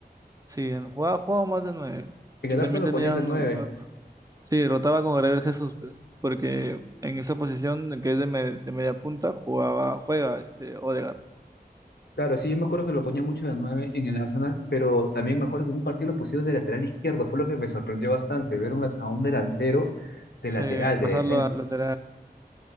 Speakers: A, on the right; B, on the left.
A: Sí, en- jugaba, jugaba más de nueve
B: En
A: Y
B: el
A: también
B: Arsenal lo
A: tenían,
B: ponían de nueve
A: uh, sí, rotaba con Gabriel Jesús, pues, porque en esa posición que es de, me- de media punta, jugaba, juega este Odegaard.
B: Claro, sí, yo me acuerdo que lo ponía mucho de nueve en el Arsenal, pero también me acuerdo que en un partido lo pusieron de lateral izquierdo, fue lo que me sorprendió bastante, ver un lat- a un delantero de
A: Sí,
B: lateral, de
A: pasarlo
B: defensa.
A: al lateral.